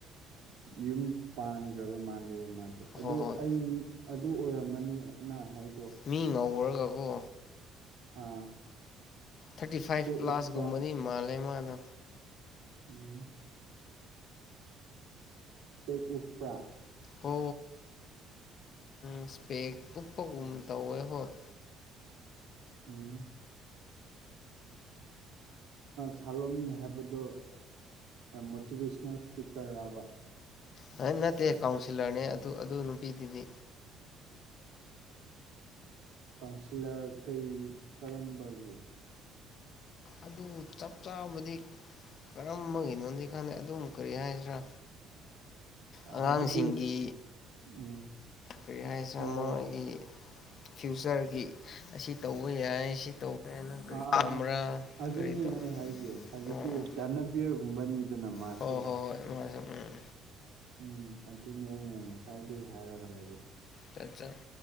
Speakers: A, on the right (about 80°); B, on the left (about 40°).
A: ꯌꯨꯝ ꯄꯥꯟꯈ꯭ꯔꯕ ꯃꯥꯜꯂꯦꯕ ꯃꯥꯗꯣ ꯑꯗꯣ
B: ꯍꯣꯏ ꯍꯣꯏ
A: ꯑꯩ ꯃꯤ ꯑꯗꯨ ꯑꯣꯏꯔꯝꯃꯅꯤ ꯑꯩꯅ ꯍꯥꯏ
B: ꯃꯤ ꯉꯧꯔꯒꯀꯣ
A: ꯑꯥ
B: ꯊꯥꯔꯇꯤ ꯐꯥꯏꯚ
A: ꯄꯦꯛ
B: ꯄ꯭ꯂꯥꯁꯒꯨꯝꯕꯅꯤ
A: ꯎꯞꯄ
B: ꯃꯥꯜꯂꯦ ꯃꯥꯗꯣ
A: ꯎꯝ ꯁꯄꯦꯛ ꯎꯞꯄ꯭ꯔꯥ
B: ꯍꯣ ꯏꯁꯄꯦꯛ ꯎꯞꯄꯒꯨꯝ ꯇꯧꯋꯦ ꯍꯣꯏ
A: ꯎꯝ ꯁꯥꯂꯣꯃꯤ ꯍꯥꯏꯕꯗꯣ ꯃꯣꯇꯤꯚꯦꯁꯅꯦꯜ ꯏꯁꯄꯤꯀꯔꯕ
B: ꯑ ꯅꯠꯇꯦ ꯀꯥꯎꯟꯁꯤꯜꯂꯔꯅꯦ ꯑꯗꯨ ꯑꯗꯨ ꯅꯨꯄꯤꯗꯨꯗꯤ
A: ꯀꯥꯎꯟꯁꯤꯜꯂꯔ ꯀꯩ ꯀꯔꯝꯕꯒꯤ
B: ꯑꯗꯨꯕꯨ ꯆꯞ ꯆꯥꯕꯗꯤ ꯀꯔꯝꯕꯒꯤꯅꯣꯗꯤ ꯈꯪꯗꯦ ꯑꯗꯨꯝ ꯀꯔꯤ ꯍꯥꯏꯁꯤꯔꯥ ꯑꯉꯥꯡꯁꯤꯡꯒꯤ
A: ꯍꯥꯏꯕꯗꯤ ꯎꯝ
B: ꯀꯔꯤ ꯍꯥꯏꯁꯤꯔ
A: ꯑꯣ
B: ꯃꯣꯏꯒꯤ ꯐ꯭ꯌꯨꯆꯔꯒꯤ ꯑꯁꯤ ꯇꯧꯕ ꯌꯥꯏ ꯁꯤ ꯇꯧꯕ ꯌꯥꯏ ꯅꯪ ꯀꯔꯤ
A: ꯑꯥ
B: ꯄꯥꯝꯕ꯭ꯔꯥ
A: ꯑꯥ ꯑꯗꯨꯅꯤ
B: ꯀꯔꯤ ꯇꯧ
A: ꯑꯩ ꯍꯥꯏꯁꯦ ꯍꯥꯏꯕꯗꯤ
B: ꯑꯥ
A: ꯊꯅꯕꯤꯔ ꯀꯨꯝꯕꯅꯤꯗꯅ ꯃꯥꯁꯨ
B: ꯑꯥ ꯍꯣꯏ ꯍꯣꯏ ꯍꯣꯏ ꯃꯥꯁꯨ ꯎꯝ
A: ꯎꯝ ꯑꯗꯨꯅꯤ ꯑꯩꯅ ꯉꯁꯥꯏꯗꯒꯤ ꯍꯥꯏꯔꯒ ꯂꯩꯕꯗꯣ
B: ꯆ ꯆ <inaudible>